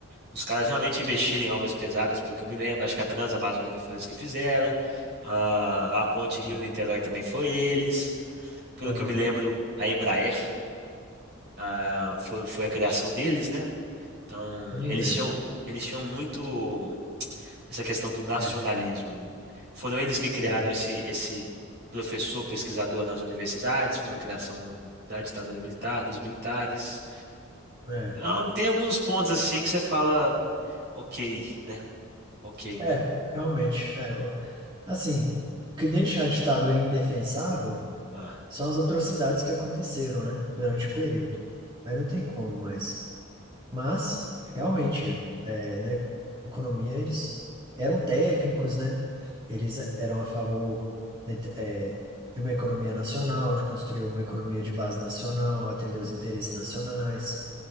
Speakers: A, on the right (about 50°); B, on the right (about 20°).
A: Os caras realmente investiram em obras pesadas, pelo que eu me lembro. Acho que a Transamazônica foi eles que fizeram. A, a Ponte Rio-Niterói
B: é,
A: também foi eles. Pelo
B: foi.
A: que eu me lembro, a Embraer, ah, foi, foi a criação deles, né? Então,
B: Eu não
A: eles
B: lembro.
A: tinham, eles tinham muito essa questão do nacionalismo.
B: É,
A: né? Foram eles que
B: sim.
A: criaram esse, esse professor pesquisador nas universidades, foi uma criação da ditadura militar, dos militares.
B: É,
A: Então, tem alguns pontos assim que você fala, ok, né? Ok,
B: é,
A: né?
B: realmente. É, eu- assim, o que deixa a ditadura indefensável
A: Ah,
B: são as atrocidades que aconteceram, né? Durante o período. Aí não tem como mais. Mas, realmente, é, na economia eles eram técnicos, né? Eles eram a favor da inte- é, de uma economia nacional, de construir uma economia de base nacional, atender os interesses nacionais,